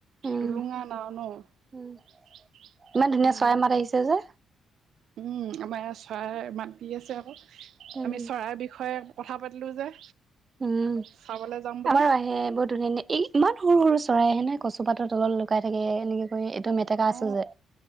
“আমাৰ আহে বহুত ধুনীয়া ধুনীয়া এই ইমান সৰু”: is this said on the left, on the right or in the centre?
Right